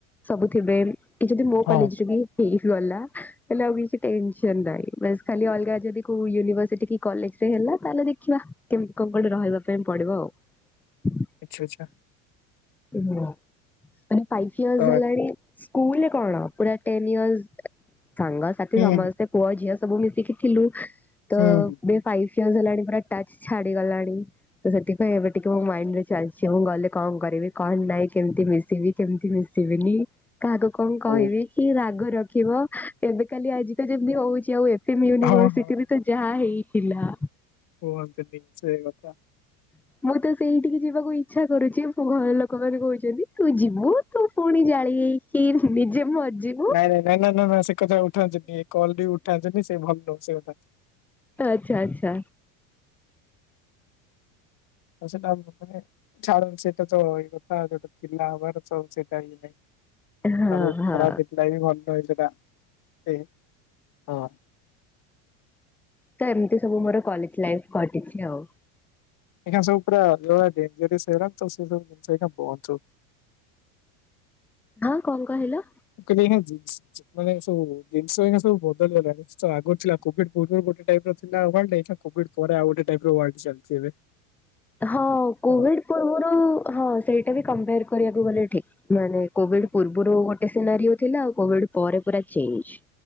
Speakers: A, in the centre; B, on the left.
A: ସବୁ ଥିବେ ଯଦି ମୋ
B: ହଁ
A: କଲେଜେରେ ବି। ହେଇି ଗଲା ହେଲେ ଆଉ କିଛି ଟେନେସନ୍ ନାହିଁ ବାସ୍ ଖାଲି ଅଲଗା ଯଦିି କୋଉ ଇନ୍ ଭରସିଟି କି କଲେଜରେ ହେଲା ତାହଲେ ଦେଖିବା। କେମିତି କୋଉ ପଟେ ରହିବା ପାଇଁ ପଡିବ ଆଉ।
B: ଆଛା ଆଛା।
A: ମାନେ ଫାଇପ୍ ଇୟର୍ସ
B: ସରି
A: ହେଲାଣି। ସ୍କୁଲ କଣ ପୁରା ଟେନ୍ ଇୟର୍ସ ସାଙ୍ଗ ସାଥି
B: ହୁଁ ହୁଁ
A: ସମସ୍ତ। ସେ ପୁଅ ଝିଅ ସବୁ ମିଶିକି ଥିଲୁ ତଭେ
B: ହୁଁ ହୁଁ
A: ଫାଇଭ୍ ଇୟର୍ସ ହେଲାଣି ପୁରା ଟଚ୍ ଛାଡିଗଲାଣି। ତ ସେଥିପାଇଁ ଏବେ ଟିକେ ମୋ ମାଇଣ୍ଡି ରେ ଚାଲିଛି ମୁଁ ଗଲେ କଣ କରିବି? କଣ ନାଇଁ କେମିତି ମିଶିବି କେମିତି ମିଶିବିନି କାହାକୁ କଣ କହିବି?
B: ଓ
A: କି ରାଗ ରଖିବ, ଏବେ କାଲି ଆଜି ତ ଯେମିତି ହଉଛି ଆଉ ଏଫ୍ ଏମ୍ ୟୁନିଭର୍ସିଟି
B: ହଁ ହଁ
A: ବି ତ ଯାହା ହେଇଥିଲା।
B: କୁହନ୍ତୁନି ସେ କଥା।
A: ମୁଁ ତ ସେଇଠିକି ଯିବାକୁ ଇଚ୍ଛା କରୁଛି, ମୋ ଘର ଲୋକମାନେ କହୁଛନ୍ତି ତୁ ଯିବୁ। ତତ ପୁଣି ଜାଳି ହେଇକି ନିଜେ ମରିଯିବି।
B: ନାଇଁ ନାଇଁ ନାଇଁ ନା ନା ସେ କଥା ଉଠାନ୍ତିନି ଏ କଲ୍ ରେ ବି ଉଠାନ୍ତୁନି ସେ ଭଲ ନୁହଁ ସେ କଥା।
A: ତ ଆଚ୍ଛା ଆଚ୍ଛା।
B: ଓ ସେଟା ପ୍ରଥମେ ଛାଡନ୍ତୁ ସେଇଟା ତ ଏଇ କଥା ଯଉଟା ଥିଲା ହବାର ତ ସେଇଟା ଇଏ ନାଇଁ।
A: ହଁ
B: ବହୁତ୍
A: ହଁ
B: ଖରାପ ହେଇଥିଲା କି ଭଲ ହେଇଥିଲା ସେ ହଁ।
A: ତ ଏମିତି ସବୁ ମୋର କଲେଜ୍ ଲାଇଫ୍ କଟିଛି ଆଉ।
B: ଆଜ୍ଞା ସବୁ ପୁରା ଯେଭେଳେୟା ଡେଞ୍ଜରୀୟସ୍ ସେଗୁଡା ତ ସେ ସବୁ ଜିନିଷ ପହଞ୍ଚୁ।
A: ଆଁ କଣ କହିଲ?
B: ମୁଁ କହିଲି ମାନେ ସବୁ ଜିନିଷ ଏଇନା ସବୁ ବଦଳିଗଲାଣି ତ ଆଗରୁ ଥିଲା। ବଟ୍ କୋଭିଡ ପୁର୍ବରୁ ଗୋଟେ ଟାଇପ୍ ର ଥିଲା ୱର୍ଲ୍ଡ ଏଇନା କୋଭିଡ୍ ପରେ ଆଉ ଗୋଟେ ଟାଇପ୍ ର ୱାର୍ଡ ଚାଲିଛି ଏବେ।
A: <inaudible> ହଁ
B: ତ
A: କୋଭିଡ୍ ପୂର୍ବରୁ ହଁ ସେଇଟା ବି କମ୍ପାୟାର୍ କରିବାକୁ ଗଲେ ଠିକ୍ ମାନେ। କୋଭିଡ୍
B: ହଁ
A: ପୂର୍ବରୁ ଗୋଟେ ସିନାରିଉ ଥିଲା ଆଉ କୋଭିଡ୍ ପରେ ପୁରା ଚେଞ୍ଜେ।